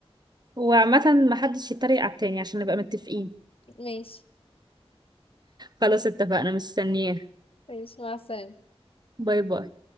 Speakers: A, on the right; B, on the left.
A: وعامة ما حدش يتريق على التاني عشان نبقى متفقين
B: <laughs> ماشي
A: خلاص اتفقنا مستنياه
B: ماشي مع السلامه
A: باي باي